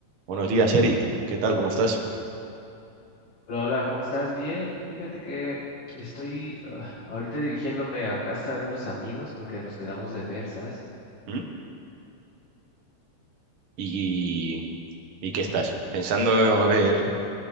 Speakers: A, on the right; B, on the left.
A: Buenos días, Eric. ¿Qué tal? ¿Cómo estás?
B: Hola, hola, ¿cómo estás? Bien, fíjate que estoy ah, ahorita dirigiéndome a casa de unos amigos porque nos quedamos de ver, ¿sabes?
A: ¿Mm? ¿Y, y qué estás? Pensando a ver